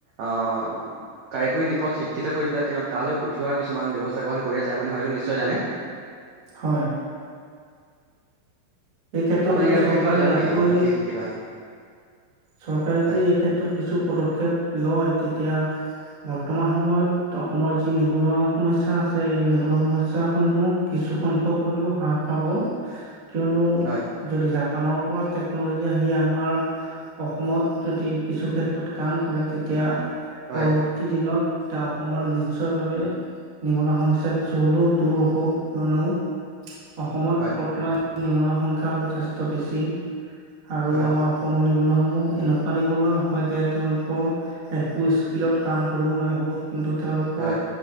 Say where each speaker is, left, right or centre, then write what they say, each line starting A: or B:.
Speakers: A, on the right (about 65°); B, on the right (about 30°).
A: অ' কাৰিকৰী দিশত শিক্ষিত কৰি পেলাই তেওঁ তালৈ পঠিওৱাৰ কিছুমান ব্যৱচ স্থা কৰি আছে আপুনি হয়টো নিশ্চয় জানে
B: হয়। এই ক্ষেত্ৰত
A: আপুনি
B: যদি
A: ইয়াৰ বিক্ষয়
B: চৰকাৰে
A: কিবা জানে
B: ইয়াতকৈ
A: নিকী অ' বিশেষ কিবা?
B: চৰকাৰে
A: হয়
B: তো এই ক্ষেত্ৰত কিছু পদক্ষেপ লয় তেতিয়া বৰ্তমান সময়ত অসমৰ যি নিবনুৱা সমস্যা আছে এই নিবনুৱা সমস্যাসমূহ কিছু সংখ্যক হ'লেও হ্ৰাস পাব কিয়নো
A: হয়।
B: যদি জাপানৰ পৰা টেকনলজি আহি আমাৰ অসমত যদি কিছু ক্ষেত্ৰত কাম কৰে তেতিয়া
A: হয়
B: পৰব বৰ্তি দিনত তেওঁ অসমৰ নিশ্চয় ভাৱে নিবনুৱা সমস্যা কিছু হ'লেও দূৰ হব কিয়নো অসমত
A: হয়
B: বৰ্তমান নিবনুৱাৰ সংখ্যা যথেষ্ট বেছি আৰু
A: হয়
B: আমাৰ অসমৰ নিবনুৱাসমূহ এনেকুৱা নিবনুৱা নহয় যে তেওঁলোকৰ একো স্কিলত কাম কৰিব নোৱাহিব কিন্তু তেওঁলোকৰ
A: হয়